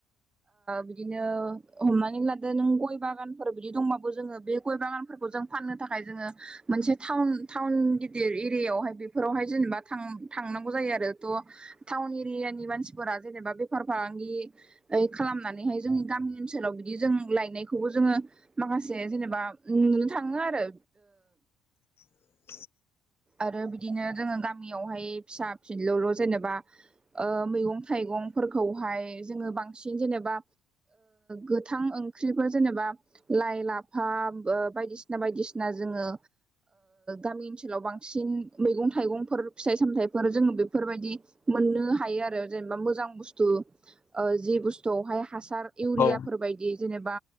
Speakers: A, on the right; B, on the left.
A: बिदिनो हमनानै लादो नों गय बागानफोर बिदि दंबाबो जोङो बे गय बागानफोरखौ जों फाननो थाखाय जोङो मोनसे थाउन टाउन गिदिर एरियाायावहाय बेफोरावहाय जेनेबा थांनांगौ जायो आरो थ' टाउन एरि मानसिफोरा जेनेबा बेफार फालांगि खालामनानै जोंनि गामि ओनसोलाव बिदि जों गायनायबो जोङो माखासे जेनेबा नुनो थाङो आरो
B: <inaudible> <inaudible>
A: आरो बिदिनो जोङो गामियावहाय फिसा फिनलौ जेनेबा मैगं थाइगं मैगंफोरखौहाय जोङो बांसिन जेनेबा गोथां ओंख्रिफोर जेनेबा लाइ लाफा बायदिसिना बायदिसिना जोङो गामि ओनसोलाव बांसिन बांसिन मैगं थाइगंफोर फिथाइ सामथफोर जोङो बेफोरबायदि मोननो हायो आरो जेनेबा मोजां बुसथु जि बुस्थुावहाय हासार इउयाफोर
B: औ
A: बायदि जेनेबा